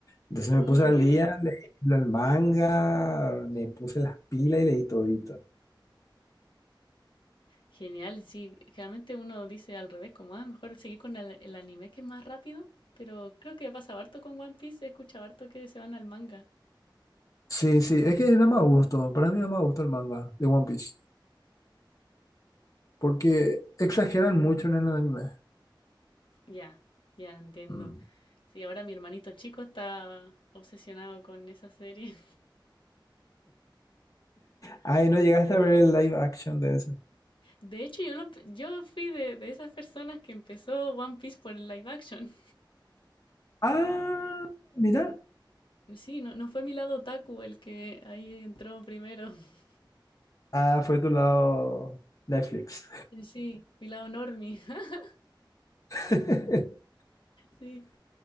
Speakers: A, on the left (about 40°); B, on the left (about 80°).
A: Entonces
B: Uy,
A: me puse al día, leí el manga, me puse las pilas y leí todito.
B: genial. Sí, generalmente uno dice al revés, como, ah, mejor seguir con el, el anime que es más rápido, pero creo que pasa harto con One Piece, he escuchado harto que se van al manga.
A: Sí, sí, es que da más gusto. Para mí da más gusto el manga de One Piece. Porque exageran mucho en el anime.
B: Ya, ya entiendo.
A: Mm.
B: Sí, ahora mi hermanito chico está obsesionado con esa serie.
A: Ay, ¿no llegaste a ver el live action de ese?
B: <laughs> De hecho, yo, lo empe- yo fui de, de esas personas que empezó One Piece por el live action.
A: Ah, mira.
B: Sí, no, no fue mi lado otaku el que ahí entró primero. <laughs>
A: Ah, fue tu lado Netflix.
B: Sí, mi lado normie. <laughs>
A: <laughs>
B: Sí.